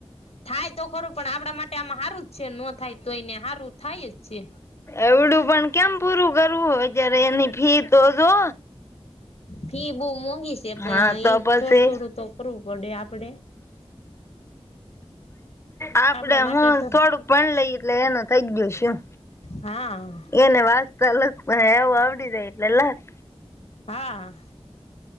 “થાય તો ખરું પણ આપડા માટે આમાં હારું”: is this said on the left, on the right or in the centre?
Left